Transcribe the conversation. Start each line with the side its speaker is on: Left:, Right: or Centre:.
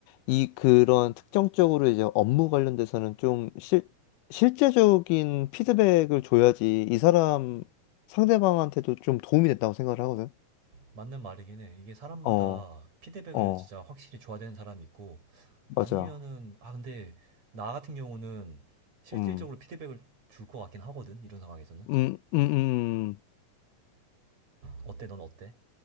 Left: 이 그런 특정적으로 이제 업무 관련돼서는 좀 실, 실제적인 피드백을 줘야지 이 사람 상대방한테도 좀 도움이 됐다고 생각을 하거든.
Right: 맞는 말이긴 해. 이게 사람마다
Left: 어,
Right: 피드백을
Left: 어,
Right: 진짜 확실히 줘야 되는 사람이 있고,
Left: 맞아.
Right: 아니면은, 아, 근데 나 같은 경우는 실질적으로
Left: 음,
Right: 피드백을 줄 것 같긴 하거든. 이런 상황에서는.
Left: 음, 음, 음.
Right: 어때? 넌 어때?